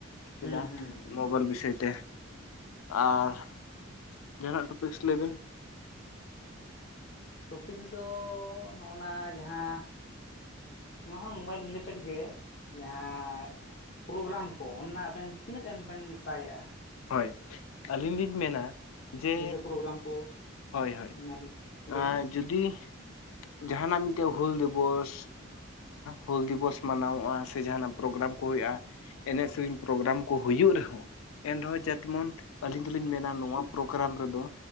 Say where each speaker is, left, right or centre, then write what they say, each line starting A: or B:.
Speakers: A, on the left; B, on the left.
A: ᱦᱩᱸ
B: ᱠᱮᱫᱟ᱾
A: ᱦᱩᱸ
B: ᱢᱳᱵᱟᱭᱤᱞ ᱵᱤᱥᱚᱭ ᱛᱮ ᱟᱨ ᱡᱟᱦᱟᱱᱟᱜ ᱴᱚᱯᱤᱠᱥ ᱞᱟᱹᱭᱵᱤᱱ
A: ᱴᱚᱯᱤᱠᱥ ᱫᱚ ᱱᱚᱜᱚᱼᱱᱟ ᱡᱟᱦᱟᱸ ᱱᱚᱣᱟ ᱦᱚᱸ ᱢᱳᱵᱟᱭᱤᱞ ᱨᱤᱞᱮᱴᱮᱰ ᱜᱮ ᱡᱟᱦᱟᱸ ᱯᱨᱳᱜᱨᱟᱢ ᱠᱚ ᱚᱱᱱᱟ ᱟᱵᱮᱱ ᱛᱤᱱᱟᱹᱜ ᱜᱟᱱ ᱵᱮᱱ ᱥᱟᱭᱮᱫᱼᱟ?
B: ᱦᱳᱭ ᱟᱹᱞᱤᱧ ᱞᱤᱧ ᱢᱮᱱᱟ ᱡᱮ
A: ᱧᱤᱫᱟᱹ ᱯᱨᱳᱜᱨᱟᱢ ᱠᱚ
B: ᱦᱳᱭ ᱦᱳᱭ
A: ᱧᱮᱞ ᱞᱟᱹᱭᱵᱮᱱ
B: ᱟ ᱡᱩᱫᱤ ᱡᱟᱦᱟᱱᱟᱜ ᱢᱤᱫᱴᱮᱡ ᱦᱩᱞ ᱫᱤᱵᱚᱥ ᱦᱩᱞ ᱫᱤᱵᱚᱥ ᱢᱟᱱᱟᱣᱚᱜᱼᱟ ᱥᱮ ᱡᱟᱦᱱᱟᱜ ᱯᱨᱳᱜᱨᱟᱢ ᱠᱚ ᱦᱩᱭᱩᱜᱼᱟ ᱮᱱᱮᱡ ᱥᱮᱨᱮᱧ ᱯᱨᱳᱜᱨᱟᱢ ᱠᱚ ᱦᱩᱭᱩᱜ ᱨᱮᱦᱚᱸ ᱮᱱ ᱨᱮᱦᱚᱸ ᱡᱟᱛᱢᱚᱱ ᱟᱹᱞᱤᱧ ᱫᱚᱞᱤᱧ ᱢᱮᱱᱟ ᱱᱚᱣᱟ ᱯᱨᱳᱜᱨᱟᱢ ᱨᱮᱫᱚ